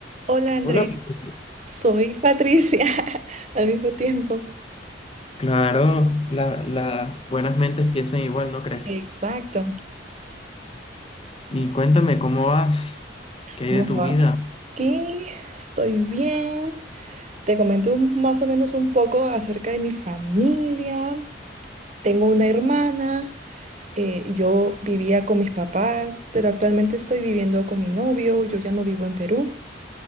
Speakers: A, on the right (about 35°); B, on the left (about 30°).
A: Hola Andrés,
B: Hola, Patricia.
A: soy Patricia <laughs> al mismo tiempo.
B: claro, la- las buenas mentes piensan igual, ¿no crees?
A: Exacto.
B: Y cuéntame, ¿cómo vas? ¿Qué hay
A: Bueno,
B: de tu vida?
A: aquí estoy bien. Te comento un- más o menos un poco acerca de mi familia. Tengo una hermana. eh, yo vivía con mis papás, pero actualmente estoy viviendo con mi novio. Yo ya no vivo en Perú.